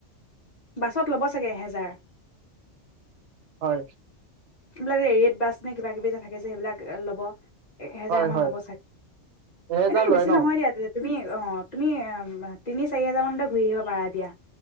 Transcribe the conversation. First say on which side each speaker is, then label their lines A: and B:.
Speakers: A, on the left (about 40°); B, on the right (about 75°).
A: বাছত ল'ব চাগে এহেজাৰ?
B: হয়।
A: এইবিলাক এ ৰেডবাছ নে কিবা -কিবি যে থাকে যে, সেইবিলাক ল'ব এ এহেজাৰ
B: হয়
A: মান
B: হয়
A: ল'ব চাগে,
B: এহেজাৰ
A: এনেই
B: লয়
A: বেছি
B: ন
A: নহয় দিয়া। তুমি অ'হ, তুমি তিনি -চাৰিহেজাৰ মানতে ঘূৰি আহিব পাৰা দিয়া।